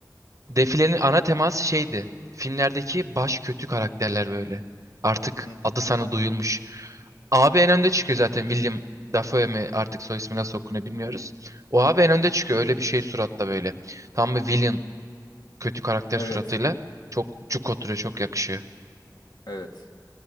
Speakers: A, on the right (about 45°); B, on the left (about 75°).
A: Defilenin ana teması şeydi. Filmlerdeki baş kötü karakterler böyle. Artık
B: Hı hı.
A: adı sana duyulmuş. Abi en önde çıkıyor zaten William Dafoe mi artık soy ismi nasıl okunuyor bilmiyoruz. O abi en önde çıkıyor öyle bir şey suratta böyle. Tam bir villain kötü karakter
B: Evet.
A: suratıyla çok cuk oturuyor çok yakışıyor.
B: Evet.